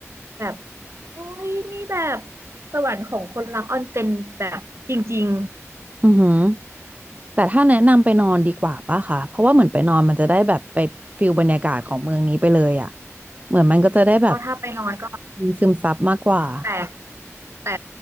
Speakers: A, on the right (about 55°); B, on the right (about 30°).
A: แบบโอ้ยนี่แบบสวรรค์ของคนรักออนเซ็นแบบจริง
B: อือหือแต่ถ้าแนะนำไปนอนดีกว่าป่ะค่ะเพราะว่าเหมือนไปนอนมันจะได้แบบไปฟิลบรรยากาศของเมืองนี้ไปเลยอ่ะเหมือนมันก็จะได้แบบ
A: ๆก็ถ้าไปนอนก็
B: ซึมซับมากกว่า
A: แต่ แต่